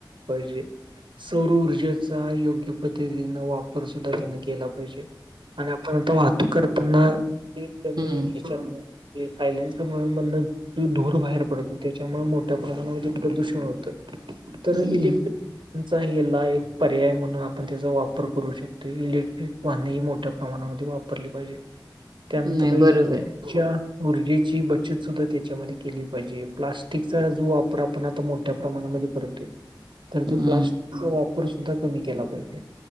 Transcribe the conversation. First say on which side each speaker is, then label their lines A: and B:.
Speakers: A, on the right; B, on the right.
A: पाहिजे. सौरऊर्जेचा योग्य पद्धतीनं वापर सुद्धा त्यांनं केला पाहिजे. आणि आपण आता वाहतूक करताना जे जमी
B: हम्म
A: हच्या मुळं ते सायलेंसर मुळं मधनं तो धुर बाहेर पडतो, त्याच्यामुळे मोठ्या प्रमाणामध्ये प्रदूषण होतं. तर
B: हम्म
A: इलेक्टी चा हे ला एक पर्याय म्हणून, आपण त्याचा वापर करू शकतो. इलेक्ट्रिक वाहनही मोठ्या प्रमाणामध्ये वाप वापरली पाहिजे. त्यानंतर
B: नाही बरोबर आहे.
A: च्या ऊर्जेची बचत सुद्धा, त्याच्यामध्ये केली पाहिजे. प्लास्टिकचा जो वापर आपण आता मोठ मोठ्या प्रमाणामध्ये करतोय, तर तो
B: हम्म
A: प्लास्टिकचा वापर सुद्धा कमी केला पाहिजे.